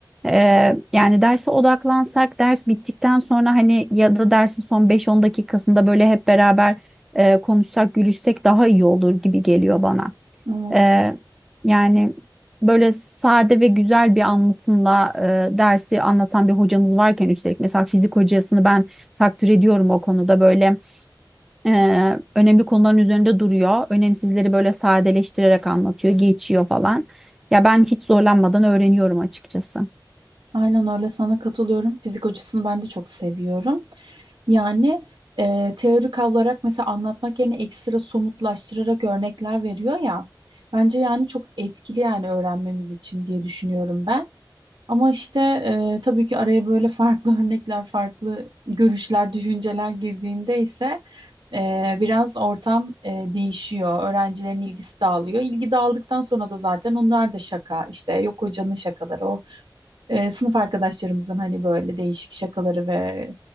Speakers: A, in the centre; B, on the right (about 90°).
A: eee, yani derse odaklansak ders bittikten sonra hani ya da dersin son beş on dakikasında böyle hep beraber e, konuşsak, gülüşsek daha iyi olur gibi geliyor bana.
B: Evet.
A: E, yani böyle sade ve güzel bir anlatımla e, dersi anlatan bir hocamız varken üstelik mesela fizik hocasını ben takdir ediyorum o konuda böyle e, önemli konuların üzerinde duruyor. Önemsizleri böyle sadeleştirerek anlatıyor, geçiyor falan. Ya ben hiç zorlanmadan öğreniyorum açıkçası.
B: Aynen öyle sana katılıyorum. Fizik hocasını ben de çok seviyorum. Yani e, teorik olarak mesela anlatmak yerine ekstra somutlaştırarak örnekler veriyor ya. Bence yani çok etkili yani öğrenmemiz için diye düşünüyorum ben. Ama işte e, tabii ki araya böyle farklı <laughs> örnekler, farklı görüşler, düşünceler girdiğinde ise e, biraz ortam e, değişiyor. Öğrencilerin ilgisi dağılıyor. İlgi dağıldıktan sonra da zaten onlar da şaka işte yok hocanın şakaları, e, sınıf arkadaşlarımızın hani böyle değişik şakaları ve